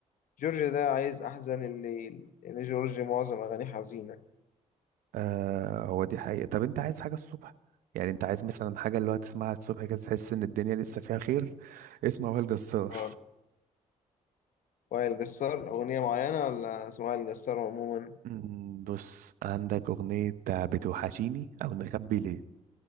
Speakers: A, on the left; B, on the right.
A: جورج ده عايز أحزن الليل لأن جورج معظم أغانيه حزينة
B: آه هو دي حقيقة طب انت عايز حاجة الصبح يعني انت عايز مثلا حاجة اللي هو تسمعها الصبح كده تحس ان الدنيا لسه فيها خير اسمع وائل جسار
A: اه وائل جسار أغنية معينة ولا اسم وائل جسار عموما
B: مم، بص عندك أغنية بتوحشيني أو نخبي ليه